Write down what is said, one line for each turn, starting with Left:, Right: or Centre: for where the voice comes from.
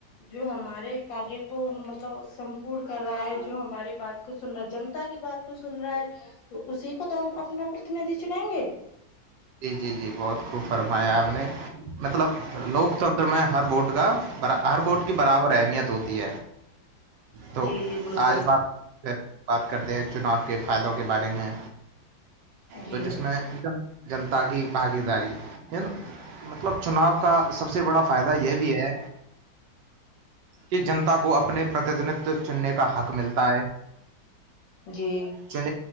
Left: جو ہمارے کاریہ کو مطلب سمپورڑ کر رہا ہے جو ہماری بات کو سن رہا ہے جنتا کی بات کو سن رہا ہے تو اسی کو تو ہم اپنا پرتیندھی چنائیں گے
Right: جی جی جی بہت خوب فرمایا آپ نے مطلب لوکتنر میں ہر بورٹ کا ہر بورٹ کی برابر اہمیت ہوتی تو
Left: جی جی بالکل
Right: آج بات بات کرتے ہیں چناؤ کے فائدوں کے بارے میں
Left: جی
Right: تو جس میں جنتا کی بھاگی داری ن مطلب چناؤ کا سب سے بڑا فائدہ یہ بھی ہے کہ جنتا کو اپنے پرتتنتو چننے کا حق ملتا ہے
Left: جی
Right: چ